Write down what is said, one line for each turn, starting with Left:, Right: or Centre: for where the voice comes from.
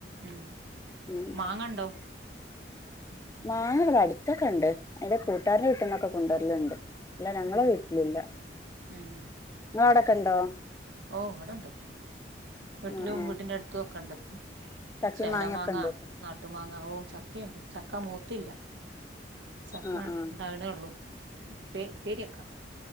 Right: ഉം
Left: ഉം.
Right: മാങ്ങണ്ടോ?
Left: മാങ്ങ ഇവിടെ അടുത്തൊക്കെ ഇണ്ട് എന്റെ കൂട്ടുകാര്ടെ വീട്ടുന്നൊക്കെ കൊണ്ടു വരലിണ്ട്. അല്ല ഞങ്ങളെ
Right: ഉം
Left: വീട്ടിലില്ല
Right: ഉം
Left: ഇങ്ങളെ അവിടൊക്കെണ്ടോ?
Right: ഓ ഇവിടെണ്ട് വീട്ടിലും
Left: ആ ആ
Right: വീടിന്റെ അടുത്തും ഒക്കെ ഉണ്ട്.
Left: ചക്കയും
Right: ചെല
Left: മാങ്ങയൊക്കെ
Right: മാങ്ങ
Left: ഉണ്ട്
Right: നാട്ട് ട്ട് മാങ്ങ ഓ ചക്കയുണ്ട് ചക്ക മൂത്തില്ല ചക്ക
Left: ആ ആ
Right: ഉണ്ടാവണേ ഉള്ളു. പെ ഉപ്പേരിവെക്കാ.